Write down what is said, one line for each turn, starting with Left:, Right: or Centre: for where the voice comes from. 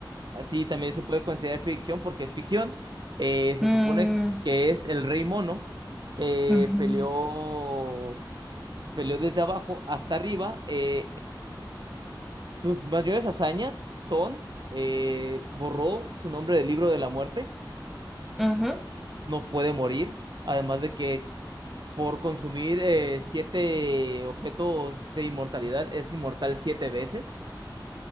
Right: Así también se puede considerar ficción porque es ficción. Eh, se
Centre: Mm,
Right: supone que es el rey mono. eh,
Centre: ujú,
Right: peleó, peleó desde abajo hasta arriba. eh, sus mayores hazañas son, eh, borró su nombre del libro de la muerte,
Centre: ujú,
Right: no puede morir, además de que por consumir eh, siete objetos de inmortalidad es inmortal siete veces.